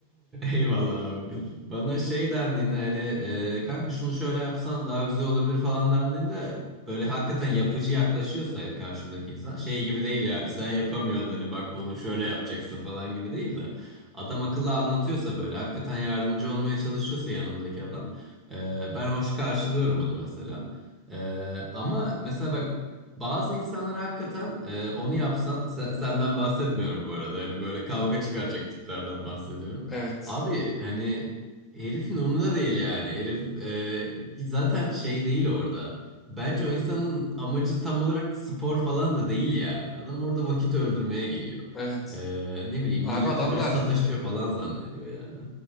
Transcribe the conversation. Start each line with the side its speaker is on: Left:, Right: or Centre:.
Right: eyvallah abi. Bana şey dendiğinde hani e, kanka şunu şöyle yapsan daha güzel olabilir falan dendiğinde böyle hakikaten yapıcı yaklaşıyorsa karşımdaki insan şey gibi değil yani sen yapamıyorsun hani bak bunu şöyle yapacaksın falan gibi değil de adam akıllı anlatıyorsa böyle hakikaten yardımcı olmaya çalışıyorsa yanımdaki adam ee, ben hoş karşılıyorum onu mesela. Ee, ama mesela bak bazı insanlar hakikaten e, onu yapsan se- senden bahsetmiyorum bu arada. Hani böyle kavga çıkaracak tiplerden bahsediyorum.
Left: Evet.
Right: Abi hani herifin umurunda değil yani. Herif e, zaten şey değil orada. Bence o insanın amacı tam olarak spor falan da değil yani. Adam orada vakit öldürmeye geliyor.
Left: Evet.
Right: Ee, ne bileyim
Left: Abi
Right: milleti
Left: adamlar.
Right: böyle sataşıyor falan zannediyor yani.